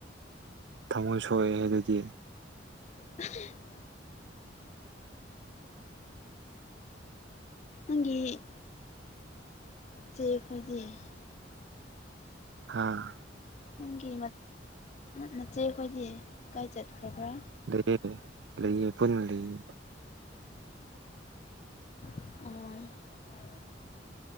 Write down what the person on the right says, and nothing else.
ꯊꯃꯣꯏ ꯁꯣꯛꯑꯦ ꯍ‌ꯦ ꯑꯗꯨꯗꯤ
ꯍꯥꯥ
ꯂꯩꯌꯦ ꯂꯩꯌꯦ ꯄꯨꯟꯅ ꯂꯩꯌꯦ